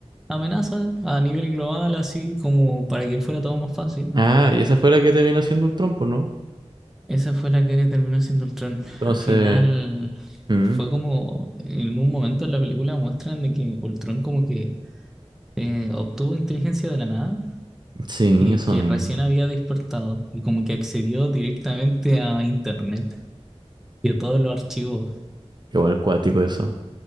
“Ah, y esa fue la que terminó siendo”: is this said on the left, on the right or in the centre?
Right